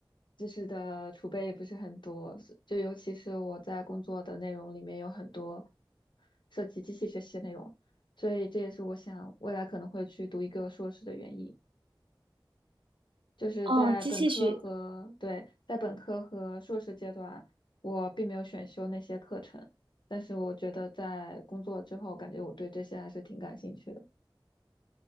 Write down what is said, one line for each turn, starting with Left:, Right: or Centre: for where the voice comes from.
Left: 知识的储备也不是很多，是就尤其是我在工作的内容里面有很多涉及机器学习的内容，所以这也是我想未来可能会去读一个硕士的原因。就是在本科和，
Right: 哦，机器学，
Left: 对，在本科和硕士阶段，我并没有选修那些课程，但是我觉得在工作之后，感觉我对这些还是挺感兴趣的。